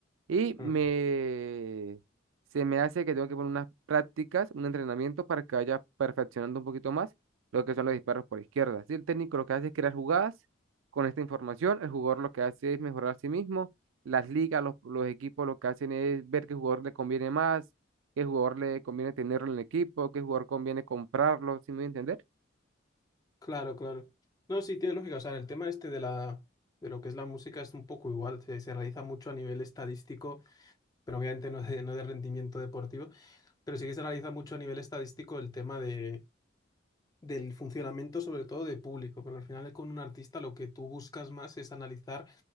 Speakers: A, on the right; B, on the left.
A: Y me,
B: mm.
A: se me hace que tengo que poner unas prácticas, un entrenamiento para que vaya perfeccionando un poquito más lo que son los disparos por izquierda. Si el técnico lo que hace es crear jugadas con esta información, el jugador lo que hace es mejorar a sí mismo, las ligas, los, los equipos lo que hacen es ver qué jugador le conviene más, qué jugador le conviene tenerlo en el equipo, qué jugador conviene comprarlo, si me voy a entender?
B: Claro, claro. No, sí, tiene lógica. O sea, el tema este de la, de lo que es la música es un poco igual. Se, se realiza mucho a nivel estadístico, pero obviamente no de, no de rendimiento deportivo. Pero sí que se realiza mucho a nivel estadístico el tema de, del funcionamiento, sobre todo de público. Porque al final, con un artista, lo que tú buscas más es analizar